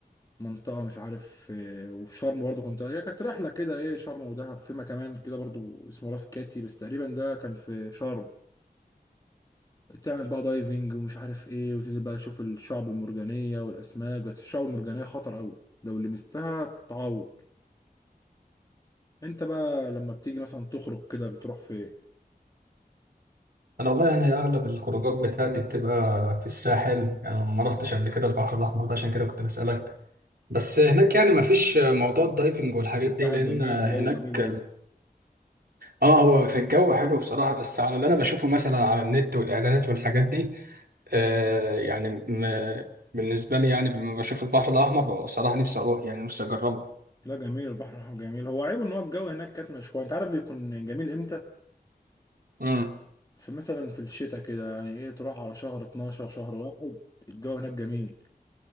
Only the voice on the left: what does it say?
منطقه مش عارف آه، وفي شرم برضو كنت هي كانت رحله كده ايه شرم ودهب فيما كمان كده برضو اسمه راس كاتي بس تقريبا ده كان في شرم تعمل بقى دايفنج ومش عارف ايه وتنزل بقى تشوف الشعب المرجانية والأسماك بس الشعب المرجانية خطر أوي لو لمستها تعور انت بقى لما بتيجي مثلا تخرج كده بتروح فين؟
بس.
ساحل
جميل
جو جميل أوي
لا جميل البحر الأحمر جميل هو عيبه إن هو الجو هناك كاتمة شوية أنت عارف بيكون جميل إمتى؟
في مثلا في الشتاء كده يعني إيه تروح على شهر 12 شهر واحد الجو هناك جميل